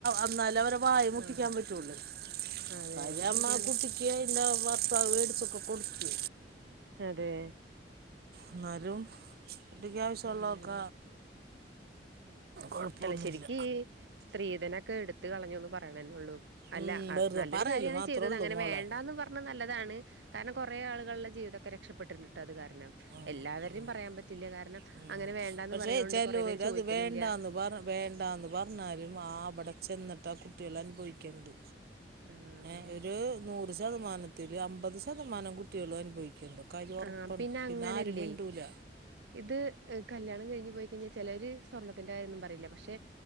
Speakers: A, on the right (about 60°); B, on the right (about 80°).
A: എന്നാല അവര വാഴ പൂട്ടിക്കാൻ
B: ആഹ്
A: പാറ്റൊള്ളു
B: അതെ
A: <unintelligible> നമ്മളെ
B: അത് ശരിയാണ്
A: കുട്ടിക്ക് അയ്ന്റെ ഭർത്താവ് <inaudible> കൊടുത്തു
B: അതെ
A: എന്നാലും തിക വിസലോക്ക
B: ഉം
A: കുഴപ്പമൊന്നുമില്ല
B: തലശ്ശേരിക്ക് സ്ത്രീധനൊക്കെ എടുത് കളഞ്ഞുൊന്ന് പറയണേള്ളൂ അല്ല
A: ഉം, വെറുതെ
B: നല്ലൊരു
A: പറയില്ല
B: കാര്യമാണ്
A: മാത്രമേ
B: ചെയ്തത്
A: ഉള്ളൂ
B: അങ്ങനെ
A: മോളെ
B: വേണ്ടന്ന് പറഞ്ഞ നല്ലതാണ് കാരണം കുറെേ ആളുകളുടെ ജീവിതമൊക്കെ രക്ഷപ്പെട്ടിട്ടുട്ട് അത് കാരണം.
A: ഉം,
B: എല്ലാവരുടെ
A: ഉം.
B: പറയാൻ പറ്റില്ല കാരണം
A: ഉം
B: അങ്ങനെ വേണ്ടന്ന്
A: പക്ഷേ
B: പറയോണ്ട്
A: ചിലോര്
B: കൊറെേ പേര് ചോദിക്കണില്ല
A: അത് വേണ്ടാന്ന് വേണ്ടാന്ന് പറഞ്ഞാലും അവിടെ ചെന്നിട്ട് ആ കുട്ടികള് അനുഭവിക്കുണ്ട്
B: ആഹ്
A: ഏഹ് ഒരു നൂറ് ശതമാനത്തില് അമ്പത് ശതമാനം കുട്ടികളും അനുഭവിക്കണ്ട് കാര്യം ഉറപ്പാണ്
B: ആഹ് പിന്നെ അങ്ങനല്ലേ
A: ആരും മിണ്ടൂല
B: ഇത് കല്യാണം കഴിഞ്ഞ് പോയി കഴിഞ്ഞാല് ചെലര് സ്വർണ്ണത്തിന്റെ കാര്യമൊന്നും പറയില്ല പക്ഷെ